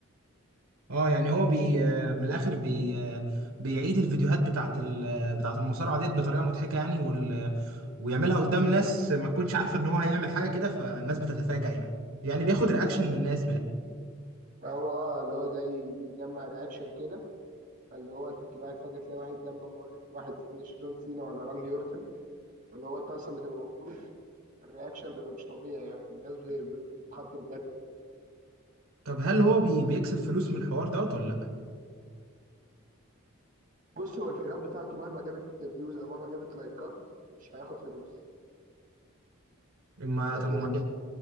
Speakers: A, on the right (about 85°); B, on the right (about 40°).
A: اه يعني هو بي آه، من الاخر بي آه، بيعيد الفيديوهات بتاعت ال... آه، بتاعت المصارعة ديت بطريقة مضحكة يعني وال... آه، ويعملها قدام ناس ما تكونش عارفة ان هو هيعمل حاجة كده فالناس بتتفاجأ يعني يعني بياخد رياكشن من الناس من الآخر.
B: هو اه اللي هو زي بيجمع رياكشن كده فاللي هو انت بتبقى قاعد فجأة تلاقي واحد جنبك واخد واحد فينش جون سينا ولا راندي اورتن فاللي هو انت اصلا بتبقى مخضوض الرياكشن بيبقى مش طبيعي يعني الناس بت- بتتخض بجد
A: طب هل هو بي... بيكسب فلوس من الحوار دوت ولا لا
B: بص هو الفيديوهات بتاعته مهما جابت فيوز او مهما جابت لايكات مش هياخد فلوس
A: ما
B: لكن
A: طب ما